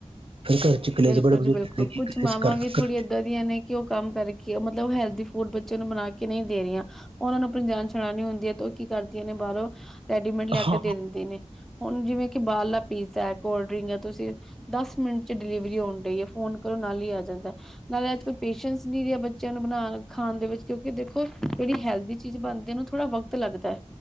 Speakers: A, on the right (about 50°); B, in the centre.
A: ਫਿਰ ਘਰ ਕਲੇਸ਼
B: ਬਿਲਕੁਲ
A: ਬੜੇ ਬਜ਼ੁਰਗ
B: ਜੀ ਬਿਲਕੁਲ
A: ਕਹਿੰਦੇ
B: ਕੁਛ
A: ਕਿ ਕਲੇਸ਼
B: ਮਾਵਾਂ
A: ਕਰਨਾ।
B: ਵੀ ਥੋੜ੍ਹੀ ਏਦਾਂ ਦੀਆਂ ਨੇ। ਕਿ ਉਹ ਕੰਮ ਕਰਕੇ ਮਤਲਬ ਹੈਲਦੀ ਫੂਡ ਬੱਚੇ ਨੂੰ ਬਣਾ ਕੇ ਨਹੀਂ ਦੇ ਰਹੀਆਂ। ਉਹਨਾਂ ਨੂੰ ਆਪਣੀ ਜਾਣ ਸੁੜਾਣੀ ਹੁੰਦੀ ਹੈ ਤੇ ਉਹ ਕੀ ਕਰਦੀਆਂ ਨੇ ਬਾਹਰੋਂ ਰੈਡੀਮੇਡ ਲਿਆ
A: ਹਾਂ
B: ਕੇ ਦੇ ਦਿੰਦੇ ਨੇ। ਹੁਣ ਜਿਵੇਂ ਕਿ ਬਾਹਰਲਾ ਪੀਜ਼ਾ ਕੋਲਡ ਡਰਿੰਕ ਹੈ ਤੁਸੀਂ ਦਸ ਮਿੰਟ 'ਚ ਡਿਲੀਵਰੀ ਹੋਣ ਡਈ ਹੈ ਫੋਨ ਕਰੋ ਨਾਲ ਹੀ ਆ ਜਾਂਦਾ ਨਾਲੇ ਅੱਜ ਕੱਲ ਪੇਸ਼ੈਂਸ ਨੀਰੀਆਂ ਬੱਚਿਆਂ ਨੂੰ ਬਣਾ ਖਾਣ ਦੇ ਵਿੱਚ ਕਿਉਂਕਿ ਦੇਖੋ ਜਿਹੜੀ ਹੈਲਦੀ ਚੀਜ਼ ਬਣਦੀ ਉਹਨੂੰ ਥੋੜ੍ਹਾ ਵਕਤ ਲੱਗਦਾ।